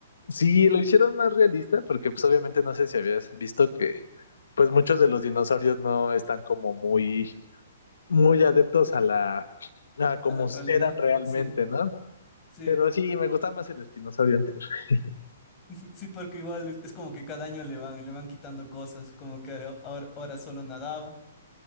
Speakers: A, on the left; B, on the left.
A: Sí, lo hicieron más realista porque pues obviamente no sé si habías visto que pues muchos de los dinosaurios no están como muy muy adeptos a la a como
B: a la realidad.
A: eran realmente,
B: Sí.
A: ¿no?
B: Sí,
A: Pero sí, me gustaba más el espinosaurio anterior. <laughs>
B: <laughs> sí, porque igual es, es como que cada año le van, le van quitando cosas, como que ahora, ahora solo nadaba.